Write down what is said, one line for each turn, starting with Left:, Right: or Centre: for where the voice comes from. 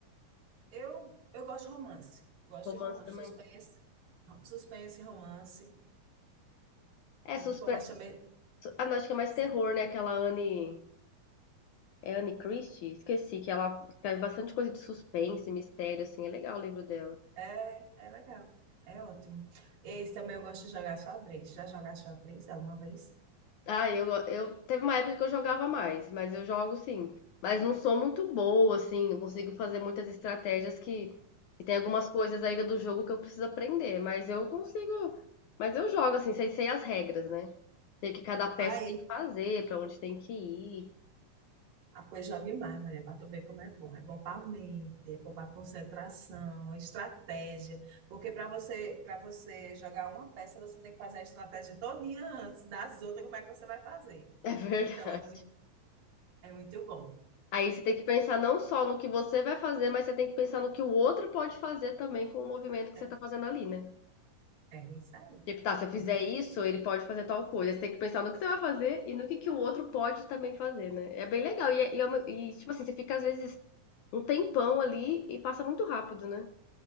Right: Eu, eu gosto de romance. Gosto
Left: Romance
Right: de romance.
Left: também?
Right: Suspense, suspense, romance.
Left: É
Right: Muito
Left: suspe...
Right: bom, mas também
Left: su- Ah, não, acho que é mais
Right: sim,
Left: terror, né? Aquela Anne É Anne Christie? Esqueci que ela escreve bastante coisa de suspense, mistério, assim. É legal o livro dela.
Right: é, é legal. É ótimo. E também eu gosto de jogar xadrez. Já jogaste xadrez alguma vez?
Left: Ah, eu, eu teve uma época que eu jogava mais, mas eu jogo sim. Mas não sou muito boa, assim, não consigo fazer muitas estratégias que, que tem algumas coisas ainda do jogo que eu preciso aprender. Mas eu consigo. Mas eu jogo, assim, sei, sei as regras, né? Sei o que cada
Right: Ai,
Left: peça tem que fazer, pra onde tem que ir. <laughs>
Right: ah, pois jogue mais, mulher, para tu ver como é bom. É bom para mente, é bom para concentração, estratégia. Porque para você, para você jogar uma peça, você tem que fazer a estratégia todinha antes das outras, como é que você vai fazer.
Left: É verdade.
Right: Então, é muito, é muito bom.
Left: Aí você tem que pensar não só no que você vai fazer, mas você tem que pensar no que o outro pode fazer também com o movimento que
Right: É,
Left: você tá fazendo ali, né?
Right: é isso aí.
Left: Tipo, tá, se eu fizer
Right: Muito
Left: isso, ele pode fazer tal coisa. Você tem que pensar no que você vai fazer e no que, que o outro pode também fazer, né? É bem legal. E, é- e, é uma- e, tipo assim, você fica às vezes um tempão ali e passa muito rápido, né?